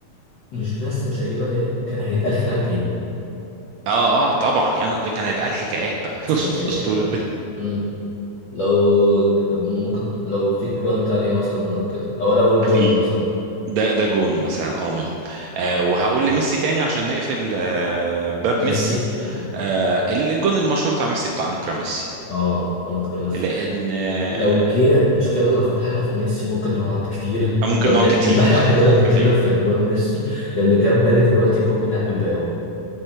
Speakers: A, on the left; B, on the right.
A: مش بس مش هيجيبها تاني كان هيتقال كلام تاني
B: اه اه طبعا يا نا- ده كان هيتقال حكايات بقى <laughs>
A: يعني
B: اسطوره
A: مم. لو ممكن لو في جوان تانية مثلا او كده او انا اقول جون
B: في
A: مثلا
B: ده ده جون مثلا اه منهم آه وهقول لميسي تاني عشان نقفل آه باب
A: ميسي
B: ميسي
A: مم.
B: آه الجون المشهور بتاع ميسي بتاع انكرا ميسي
A: اه انكر ميسي
B: لان آه
A: لو جينا مشكلة لو فتحنا في ميسي ممكن نقعد كتير
B: ممكن
A: ببن-
B: نقعد كتير
A: البحر كأننا
B: <laughs> نقعد
A: بنتكلم
B: كتير
A: في جوان ميسي لأن جاب بالي دلوقتي الجون بتاع بلباو